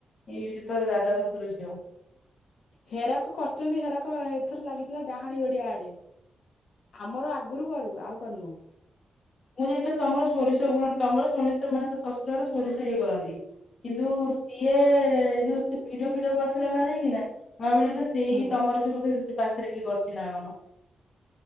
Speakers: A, on the left; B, on the left.
A: ଏଇଟା ତ ଦାଦା ଶଶୁର ଛିଅ।
B: ହେରାକ କରିଛନ୍ତି ହେରାକ ଏଥର ଲାଗିଥିଲା ଡାହାଣୀ ଗଡିଆ ଆଡେ। ଆମର ଆଗରୁ କରୁ ଆଉ କରନୁ।
A: ମୁଁ ଯାଇଥିଲି ତମର ସୋରିଷ ଗୁଣ ତମର ସୋରିଷ ମାନେ ଶଶୁରର ସୋରିଷ ହେଇଗଲାଣି। କିନ୍ତୁ ସିଏ ଯୋଉ ଭେଡ଼ିଓ ଫିଡ଼ିଓ କରିଥିଲା ନା ଯାଇକି ନା। ସେଇ
B: ହୁଁ।
A: ତମର ଯୋଉ ତ ସେ ପାଖରେ କିଏ କରିଛି ନା କଣ?